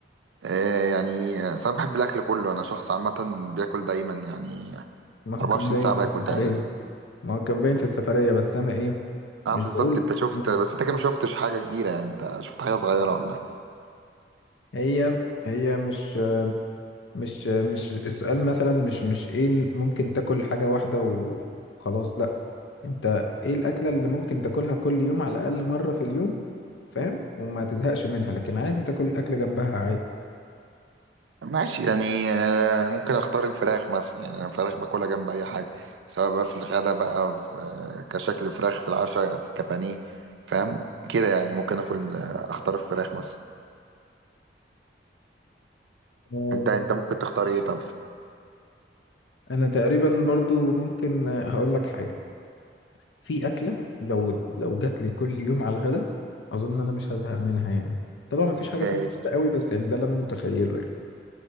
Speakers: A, on the right (about 90°); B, on the left (about 85°).
A: آه يعني آه، أصل انا بحب الاكل كله انا شخص عامه بياكل دايما يعني
B: ما هو
A: 24
B: كان باين
A: ساعه
B: في
A: باكل
B: السفرية
A: تقريبا
B: ما هو كان باين في السفرية بس انا ايه
A: اه
B: مش
A: بالظبط
B: بقول
A: انت شفت
B: مش
A: بس انت كده ما شفتش حاجه كبيره يعني انت شفت حاجه صغيره والله
B: هي هي مش مش مش السؤال مثلا مش مش ايه ممكن تاكل حاجة واحدة وخلاص لا انت ايه الاكلة اللي ممكن تاكلها كل يوم على الاقل مرة في اليوم فاهم وما تزهقش منها لكن عادي تاكل الاكل جنبها
A: ماشي يعني آه، ممكن اختار الفراخ مثلا يعني أنا الفراخ باكلها جنب اي حاجه سواء بقى في الغدا بقى في آه، كشكل فراخ في العشاء كبانيه فاهم كده يعني ممكن اكل آه، اختار الفراخ مثلا
B: عادي
A: انت انت ممكن تختار ايه طب
B: انا تقريبا برضو ممكن آه، هقول لك حاجه في اكله لو لو جات لي كل يوم على الغدا اظن انا مش هزهق منها يعني طبعا ما فيش حاجه
A: ماشي
B: اسمها كده قوي بس يعني ده اللي انا متخيله يعني